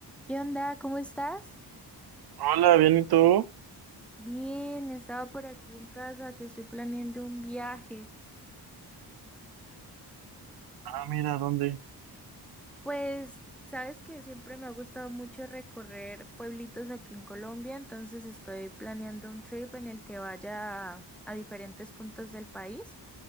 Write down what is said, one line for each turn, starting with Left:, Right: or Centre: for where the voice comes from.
Centre: ¿Qué onda? ¿Cómo estás?
Right: Hola, bien, ¿y tú?
Centre: Bien, estaba por aquí en casa que estoy planeando un viaje.
Right: Ah, mira, ¿dónde?
Centre: Pues, sabes que siempre me ha gustado mucho recorrer pueblitos aquí en Colombia, entonces estoy planeando un trip en el que vaya a, a diferentes puntos del país